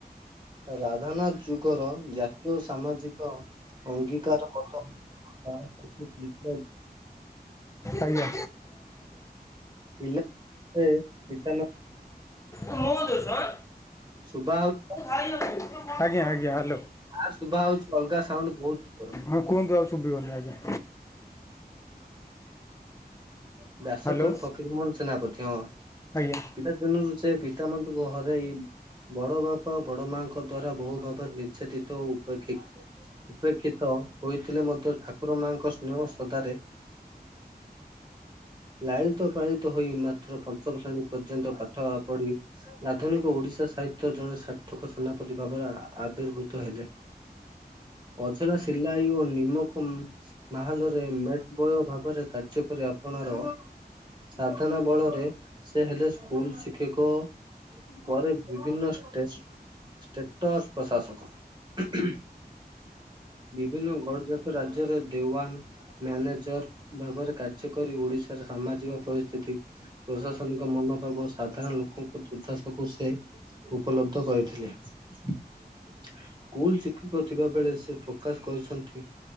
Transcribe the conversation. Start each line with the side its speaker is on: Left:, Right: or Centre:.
Right: ରାଧାନାଥ୍ ଯୁଗର ଜାତୀୟ ଓ ସାମାଜିକ। ଅଙ୍ଗୀକାର ମତ <unintelligible>
Left: ଆଜ୍ଞା
Right: ପିଲାଟେ ପିତା ମ
Left: <unintelligible> ମୋ ଦୋଷ ଆଁ।
Right: ଶୁଭା ହୋଉ
Left: ଆଜ୍ଞା ଆଜ୍ଞା ହାଲୋ।
Right: ଆର ଶୁଭା ହଉଚି ଅଲଗା ସାାଉଣ୍ଡ ବହୁତ ପୁରା।
Left: ହଁ କୁହନ୍ତୁ ଆଉ ଶୁଭିବନି ଆଜ୍ଞା।
Right: <inaudible> ବ୍ୟାସ
Left: ହ୍ୟାଲୋ
Right: କବ ଫକିର ମୋହନ ସେନାପତି ହଁ
Left: ଆଜ୍ଞା
Right: ପିଲା ଦିନରୁ ସେ ପିତାମାତାଙ୍କୁ ହରାଇ ବଡ ବାପା ବଡ ମାଆଙ୍କ ଦ୍ଵାରା ବହୁ ଭାବରେ ନିର୍ଯାତିତ ଓ ଉପେକ୍ଷି ଉପେକ୍ଷିତ ହୋଇଥିଲେ ମଧ୍ୟ ଠାକୁର ମାଙ୍କ ସ୍ନେହ ଶଦ୍ଧାରେ ଲାଳିତ ପାଳିତ ହୋଇ ମାତ୍ର ପଞ୍ଚମ ଶ୍ରେଣୀ ପର୍ଯ୍ୟନ୍ତ ପାଠ ପଢି। ଆଧୁନିକ ଓଡିଶା ସାହିତ୍ୟ ଜଣେ ସାର୍ଥକ ସେନାପତି ଭାବରେ ଆ ଆବିର୍ଭୁତ ହେଲେ। ଅଜରା ସିଲାଇ ଓ ନିମୋଖୁମ୍। ମାହଲରେ ମେଟ ବୟ ଭାବରେ କାର୍ଯ୍ୟକରି ଆପଣାର ସାଧନା ବଳରେ ସେ ହେଲେ ସ୍କୁଲ ଶିକ୍ଷକ। ପରେ ବିଭିନ୍ନ ଟେଷ୍ଟ। ଷ୍ଟେଟର ପ୍ରଶାସକ ହୁଁହୁଁ। ବିଭିନ୍ନ ଗଡଜାତ ରାଜ୍ୟର ଦେୱାନ ମ୍ୟାନେଜର ଭାବରେ କା ଯେ କରି ଓଡିଶାର ସାମାଜିକ ପରିସ୍ଥିତି। ପ୍ରଶାସନିକ ମନୋଭାବ ସାଧାରଣ ଲୋକଙ୍କ ଦୁର୍ଦ୍ଦାଶାକୁ ସେ ଉପଲବ୍ଧ କରିଥିଲେ। ସ୍କୁଲ ଶିକ୍ଷକ ଥିବାବେଳେ ସେ ପ୍ରକାଶ କରିଛନ୍ତି।